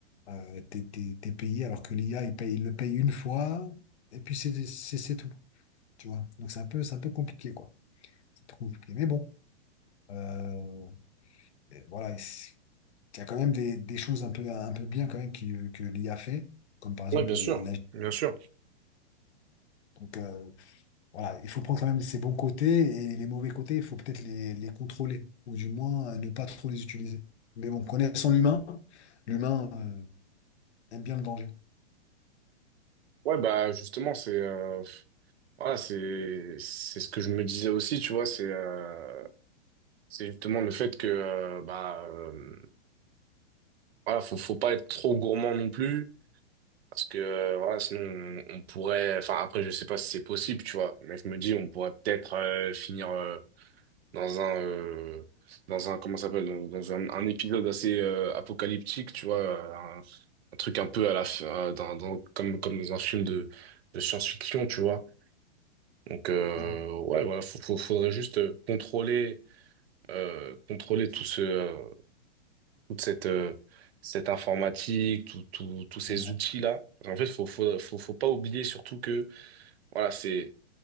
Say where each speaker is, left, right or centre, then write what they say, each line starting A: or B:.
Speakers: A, on the left; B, on the right.
A: euh, t'es, t'es- t'es payé, alors que l'IA, il paye, il le paye une fois, et puis c'est c'est- c'est tout. Tu vois? Donc c'est un peu, c'est un peu compliqué, quoi. C'est un peu compliqué. Mais bon, euh, et voilà, et c'est- il y a quand même des, des choses un peu, un peu bien quand même qui, euh, que l'IA fait, comme par exemple
B: Ouais, bien
A: euh,
B: sûr,
A: la...
B: bien sûr.
A: Donc euh, voilà, il faut prendre quand même ses bons côtés et les mauvais côtés, il faut peut-être les, les contrôler, ou du moins euh, ne pas trop les utiliser. Mais bon, connaissant l'humain, l'humain euh, aime bien le danger.
B: Ouais, bah justement, c'est euh, voilà, c'est c'est ce que je me disais aussi, tu vois, c'est euh, c'est justement le fait que euh, bah euh, voilà, faut faut pas être trop gourmand non plus. Parce que euh, voilà, sinon on, on pourrait. Enfin après, je sais pas si c'est possible, tu vois. Mais je me dis, on pourrait peut-être euh, finir euh, dans un euh, dans un comment ça s'appelle dans, dans un, un épisode assez euh, apocalyptique, tu vois, euh, un, un truc un peu à la fin, euh, dans, dans- comme comme dans un film de de science-fiction, tu vois. Donc euh,
A: C'est vrai.
B: ouais, voilà, faut, faut- faudrait juste euh, contrôler euh, contrôler tout ce euh, toute cette euh, cette informatique, tout, tout, tous ces
A: Ouais,
B: outils-là. En fait, faut, faut, faut, faut pas oublier surtout que Voilà, c'est,